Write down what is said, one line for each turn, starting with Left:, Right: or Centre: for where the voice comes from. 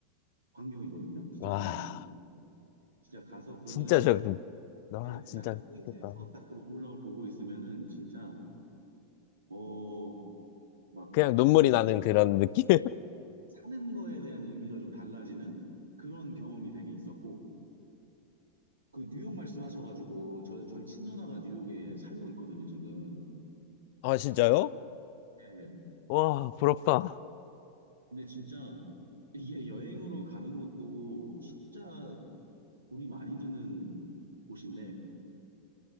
Right: 광경이거든요. 진짜
Left: 와,
Right: 보면은 진짜 가서 그러면은
Left: 진짜 저, 그- 나
Right: 예,
Left: 진짜
Right: 딱 그 포인트에서
Left: 좋겠다.
Right: 딱 그 먹물랑을 보고 있으면은 진짜 어 막
Left: 그냥 눈물이
Right: 내
Left: 나는 그런 느낌? <laughs>
Right: 사는 거에 대한 의미가 좀 달라지는 그런 경험이 되게 있었고 그 뉴욕 말씀하셔가지고 저 저희 친누나가 뉴욕에 살고 있거든요 지금.
Left: 아, 진짜요?
Right: 예,
Left: 와, 부럽다.
Right: 근데 진짜 이게 여행으로 가는 것도 진짜 돈이 많이 드는 곳인데